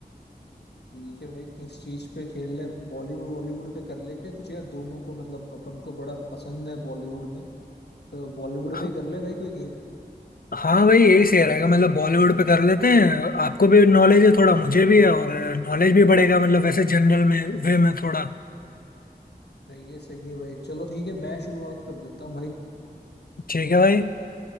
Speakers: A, on the left; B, on the left.
A: ठीक है भाई किस चीज पे खेल रहे बॉलीवुड बॉलीवुड पे कर ले क्या कुछ यार दोनों को मतलब अपन को बड़ा पसंद है बॉलीवुड में तो बॉलीवुड
B: ह-
A: पे कर ले भाई कोई गेम
B: हाँ भाई यही सही रहेगा मतलब बॉलीवुड पे कर लेते हैं आपको भी नॉलेज है थोड़ा मुझे भी है और नॉलेज भी बढ़ेगा मतलब वैसे जनरल में वे में थोड़ा
A: सही है सही है भाई चलो ठीक है मैं शुरुआत कर देता हूँ भाई
B: ठीक है भाई